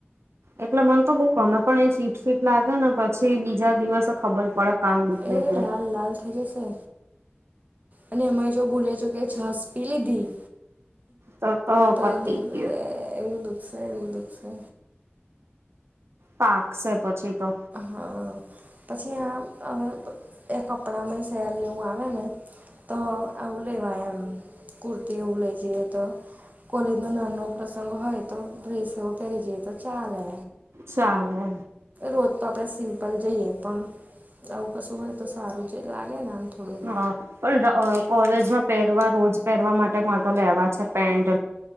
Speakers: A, on the right (about 75°); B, on the right (about 40°).
A: એટલે મન તો બઉુ ગમે, પણ એ ફિટ ફિટ લાગે ને, પછી બીજા દિવસે ખબર પડે. કાન દુખે
B: એ
A: એટલે
B: લાલ-લાલ થઇ જશે. અને અમે જો બોલુ છુ કે, છાસ પી લીધી.
A: તો
B: તો
A: પતી
B: દુખશે,
A: ગયું
B: એવું દુઃખશે, એવું દુઃખશે.
A: પાકશે, પછી તો.
B: હા, પછી આ હવે એ કપડાંમાંય સહેલું ને, એવું આવે ને. તો આવું લેવા, આમ કુર્તી એવું લઈ જઈએ તો. કોલેજ નો નાનો પ્રસંગ હોય, તો ડ્રેસ એવો પહેરી જઈએ, તો ચાલે.
A: સાલે.
B: રોજ તો આપણેે સિમ્પલ જઈએ, પણ. આવું કશું હોય, તો સારું છે લાગે ને, આમ થોડું.
A: હા, પણ કોલેજમાં પહેરવા, રોજ પહેરવા માટે મારે તો લેવા છે પેન્ટ.